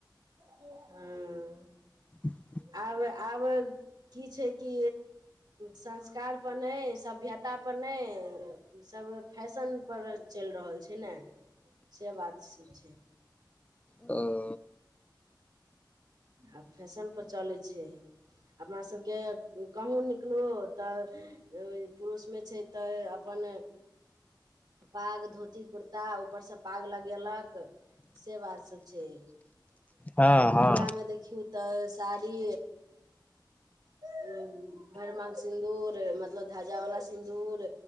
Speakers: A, on the right; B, on the left.
A: हूँ
B: <inaudible>
A: आब आब की छै की संस्कार पर नय सभ्यता ता पर नय सब फैशन पर चलि रहल छै ने से बात छै
B: ओ
A: आब फैशन पर चलै छै अपना सबके कहूँ निकलू तऽ पुरुषमे छै तऽ अपन पाग धोती कुर्ता ऊपर सब पाग लगेलक से बात सब छै
B: हँ हँ
A: महिलामे देखियौ तऽ साड़ी हं भरमांग सिन्दूर मतलब ध्वजावला सिन्दूर